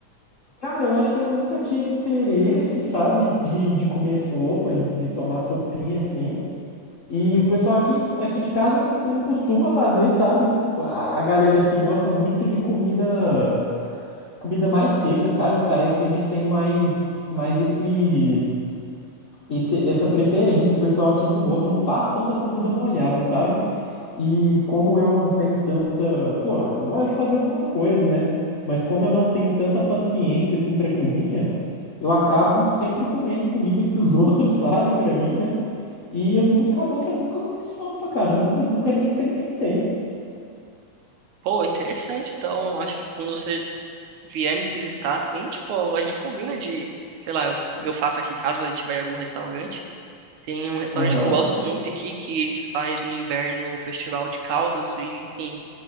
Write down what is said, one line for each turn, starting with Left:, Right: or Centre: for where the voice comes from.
Left: Cara, eu acho que eu nunca tive interesse, sabe, de, de comer sopa, de, de tomar sopinha assim. E o pessoal aqui, aqui de casa não, não costuma fazer, sabe? A, a galera aqui gosta muito de comida, comida mais seca, sabe? Parece que a gente tem mais, mais esse, esse, essa preferência. O pessoal aqui não, go- não faz tanta comida molhada, sabe? E como eu não tenho tanta. Pô, eu gosto de fazer algumas coisas, né? Mas como eu não tenho tanta paciência assim pra cozinha, eu acabo sempre comendo comida que os outros <laughs> fazem pra mim, né? E eu nunca, acabou que eu nunca comi sopa, cara. Eu Nunca, nunca nem experimentei.
Right: Pô, interessante. Então, acho que quando você vier me visitar, assim, tipo, a gente combina de, sei lá, eu, eu faço aqui caso a gente tiver algum restaurante. Tem um restaurante
Left: Aham,
Right: que eu gosto muito aqui, que ele faz no inverno o festival de caldos e, enfim,